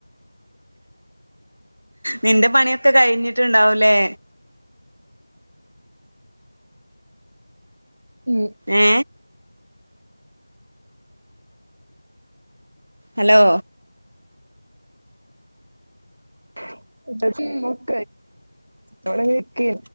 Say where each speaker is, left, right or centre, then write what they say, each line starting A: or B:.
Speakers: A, on the right (about 65°); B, on the right (about 85°).
A: നിന്റെ പണിയൊക്കെ കഴിഞ്ഞിട്ട്ണ്ടാവുല്ലേ
B: ഉം
A: ഏ ഹലോ
B: <unintelligible> കൈഞ്ഞു <unintelligible> ക്കി